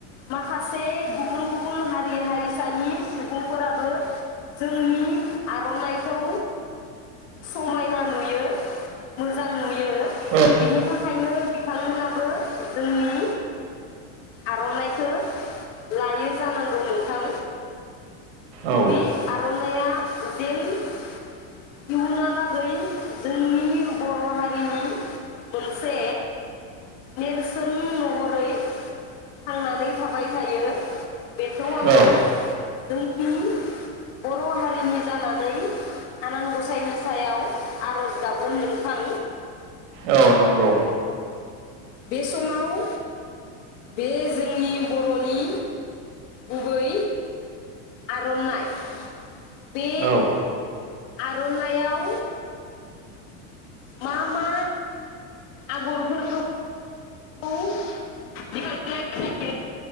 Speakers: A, on the left (about 55°); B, on the right (about 50°).
A: माखासे गुबुन गुबुन हारि हारिसानि सुबुंफोराबो जोंनि आरनाइखौ समायना नुयो। मोजां नु यो
B: औ
A: बिनि थाखाय ओंखायनो बिथांमोनाबो जोंनि आरनाइखौ लायो जानांगौ नोंथां।
B: औ
A: बे आर आरनाया जेन इयुना लागै जोंनि बर' हारिनि मोनसे नेरसोन महरै थांनानै थाबाय थायो बेखौ आङो
B: औ
A: जोंनि बर' हारिनि जानानै आनान गसाइनि सायाव आरज गाबगोन नों थां
B: औ नंगौ।
A: बे समाव बे जोंनि बरनि गुबै आरनाइ बे
B: औ
A: आरनाइआव मा मा आगरफोरखौ <unintelligible>